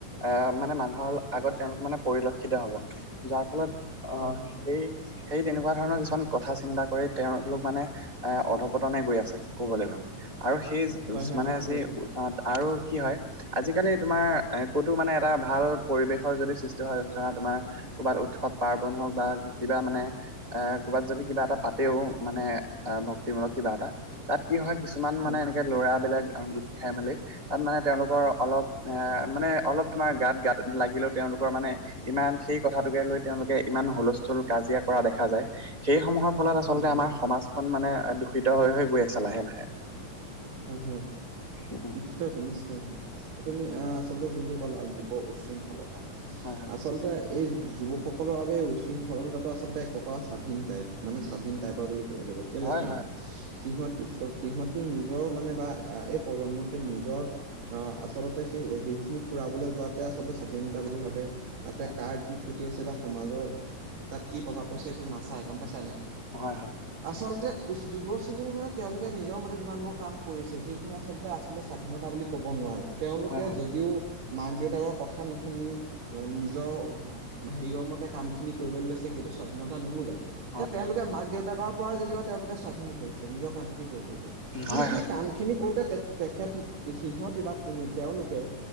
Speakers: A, on the right; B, on the right.
A: আ মানে মানুহৰ আগত তেওঁলোক মানে পৰিলক্ষিত হ'ব, যাৰ ফলত আ-সেই
B: হয় হয়
A: সেই তেনেকুৱা ধৰণৰ কিছুমান কথা চিন্তা কৰি তেওঁলোক মানে এ-অধপতনে গৈ আছে ক'বলৈ গ'লে আৰু সেই
B: হয় হয়
A: মানে
B: নিশ্চিতৰূপে
A: যি, অ-আৰু কি হয় আজিকালি তোমাৰ এ-ক'তো মানে এটা ভাল পৰিৱেশৰ যদি সৃষ্টি হয়, ধৰা তোমাৰ ক'ৰবাত উৎসৱ পাৰ্বন হওঁক বা কিবা মানে, এ ক'ৰবাত যদি কিবা এটা পাতেও, মানে ভক্তিমূলক কিবা এটা তা'ত কি হয় কিছুমান মানে
B: হয়
A: এনেকে ল'ৰাবিলাক আহ গোট খাই মেলি- তা'ত মানে তেওঁলোকৰ অলপ এ মানে অলপ তোমাৰ গাত-গাত লাগিলেও তেওঁলোকৰ মানে- ইমান সেই কথাটোকে লৈ তেওঁলোকে ইমান হুলস্থুল, কাজিয়া কৰা দেখা যায়। সেই সমূহৰ ফলত
B: হয়
A: আচলতে আমাৰ
B: হয়
A: সমাজখন মানে দূষিত হৈ হৈ গৈ আছে লাহে-লাহে।
B: হয়-হয়,
A: উম,
B: নিষ্টৰুপে-নিষ্টৰুপে। তুমি আঁহ আচলতে যোনটো কলা যুৱ উশৃংখলতা।
A: হয়-হয়।
B: আচলতে এই যুৱকসকলৰ বাবে উশৃংখলতাটো আচলতে এক প্ৰকাৰ স্বাধীন টাইপ। মানে স্বাধীন টাইপৰ বুলি ক'ব লাগিব। কেলে
A: হয়
B: চোৱা,
A: হয়,
B: সিহঁতি- সিহঁতি নিজ- নজৰ মানে বা এই প্ৰজন্মটোৱে নিজৰ- আঁহ আচলতে সেই, সেইখিনি পুৰাবলৈ যোৱাতে আচলতে স্বাধীনতা বুলি ভাবে। তা'তে
A: হয়,
B: কাৰ কি ক্ষতি হৈছে বা সমাজৰ তা'ত কি প্ৰভাৱ পৰিছে এইটো নাচাই, গম পাইছা নে।
A: হয়-হয়।
B: আচলতে যুৱ চামে মানে তেওঁলোকে নিজৰ মতে যিমানবোৰ - কাম কৰিছে সেইখিনি আচলতে-আচলতে স্বাধীনতা বুলি কব নোৱাৰো, তেওঁলোকে
A: হয় হয়,
B: যদিও- মাক-দেউতাকৰ কথা নুশুনি নিজৰ- হেৰিয়ৰ মতে কাম খিনি কৰিবলৈ লৈছে সেইটো স্বাধীনতা নুবুজায়। এ'
A: হয়, হয় হয়।
B: তেওঁলোকে মাক-দেউতাকৰ পৰা যেনিবা তেওঁলোকে স্বাধীন হৈছে নিজৰ কাম খিনি কৰিব পাৰিছে। কিন্তু
A: হয়
B: সেই কাম খিনি কৰোতে তে-তেখেত সিহঁতি বা তেওঁলোকে-